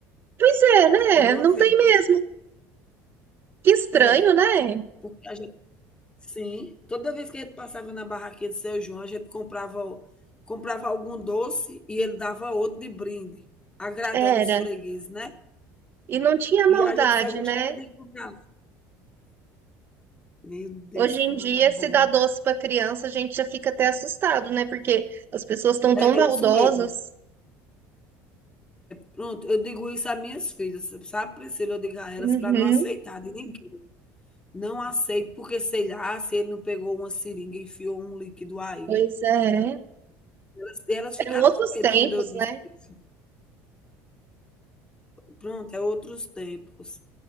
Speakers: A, on the right (about 35°); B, on the left (about 15°).
A: Pois é, né?
B: eu não
A: Não
B: vejo.
A: tem mesmo. Que estranho,
B: É,
A: né?
B: porque a gente sim, toda vez que a gente passava na barraquinha do Seu João, a gente comprava o comprava algum doce e ele dava outro de brinde, agradando
A: Era.
B: os fregueses, né.
A: E não tinha maldade,
B: E a gente só gostava
A: né?
B: de comprar. Meu Deus,
A: Hoje
B: como
A: em dia,
B: era bom.
A: se dá doce para criança, a gente já fica até assustado, né? Porque as pessoas estão tão
B: É
A: baldosas.
B: isso mesmo. Pronto, eu digo isso a minhas filhas, sabe, Priscila, eu digo a elas
A: Uhum,
B: para não aceitar de ninguém. Não aceito, porque sei lá se ele não pegou uma seringa e enfiou um líquido aí.
A: pois é.
B: Elas elas ficaram
A: Eram outros
B: com medo
A: tempos,
B: quando eu disse
A: né?
B: isso. Pronto, é outros tempos.